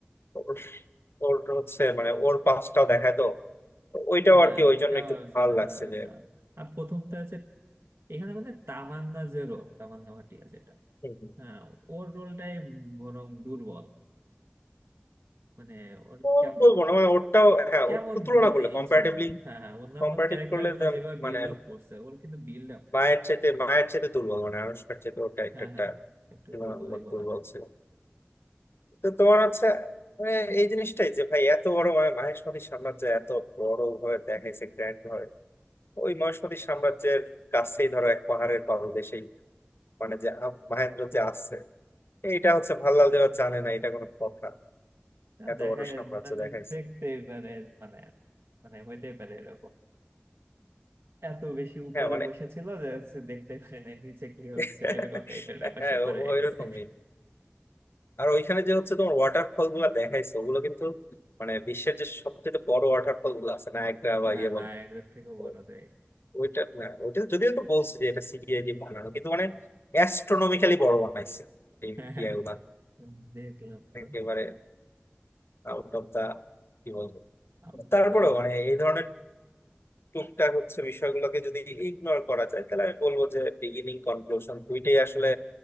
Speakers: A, on the left; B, on the right.
A: ওর ওর হচ্ছে মানে ওর পাশটাও দেখায় তো তো ওইটাও
B: হ্যাঁ
A: আর কি ওই
B: ওইটাও
A: জন্য একটু
B: আসলে
A: ভালো লাগছে
B: আহ, ওইটা
A: যে
B: আর প্রথমটা হচ্ছে এখানে মানে তামান্না যে রোল তামান্না ভাটিয়া যেটা
A: হুম, হুম।
B: হ্যাঁ ওর রোলটাই বরং দুর্বল মানে ওর
A: বল-
B: কেমন
A: বলবো না মানে ওরটাও হ্যাঁ
B: কেমন
A: ওর তো তুলনা
B: মানে
A: করলে
B: এ
A: কম্পারেটিভলি
B: ছিল না হ্যাঁ হ্যাঁ অন্যান্য
A: কম্পারেটিভ
B: ক্যারেক্টার
A: করলে
B: গুলা
A: যে
B: যেভাবে বিল্ড
A: মানে
B: আপ করছে ওর কিন্তু বিল্ড আপ নেই
A: মায়ের চাইতে মায়ের চাইতে দুর্বল মানে আনুষ্কার চাইতে ওর ক্যারেক্টারটা
B: হ্যাঁ হ্যাঁ একটু
A: তুলনামূলক
B: দুর্বলই বলা
A: দুর্বল
B: যায়
A: ছিল তো তোমার হচ্ছে মানে এই জিনিসটাই যে ভাই এত বড় মানে মহেশমতি সাম্রাজ্য এত বড় ভাবে দেখাইছে গ্র্যান্ড ভাবে ওই মহেশমতি সাম্রাজ্যের কাছেই ধরো এক পাহাড়ের পাদদেশেই মানে যে আম- মহেন্দ্র যে আসছে এইটা হচ্ছে ভাল্লাল দেওয়া জানে না এটা কোনো কথা এত
B: দেখা
A: বড় সাম্রাজ্য
B: মানে
A: দেখাইছে
B: দেখতেই পারে মানে মানে হইতেই পারে এরকম এত বেশি উপরে
A: হ্যাঁ মানে
B: বসেছিল যে হচ্ছে দেখতে পারে না নিচে কি
A: <laughs>
B: হচ্ছে এরকম টাইপের ব্যাপার
A: হ্যাঁ
B: স্যাপার হয়ে
A: ওই
B: গেছে
A: রকমই আর ওইখানে যে হচ্ছে তোমার ওয়াটারফল গুলা দেখাইছে ওগুলো কিন্তু মানে বিশ্বের যে সবচেয়ে বড় ওয়াটারফল গুলো আছে নায়াগ্রা বা
B: হ্যাঁ
A: ইয়ে বলো
B: নায়াগ্রার থেকেও বড়
A: ও-
B: দেখ
A: ওইটা না ওইটা যদিও তো বলছে যে এটা সিজিআই দিয়ে বানানো কিন্তু মানে অ্যাস্ট্রোনমিক্যালি বড় বানাইছে এই
B: হ্যাঁ,
A: ইয়ে গুলা
B: দেখলাম তো
A: একেবারে আউট অফ দা কি বলবো
B: Out
A: তারপরেও
B: of the world
A: মানে এই ধরনের টুকটাক হচ্ছে বিষয়গুলোকে যদি ইগনোর করা যায় তাহলে আমি বলবো যে বিগিনিং কনক্লুশন দুইটাই আসলে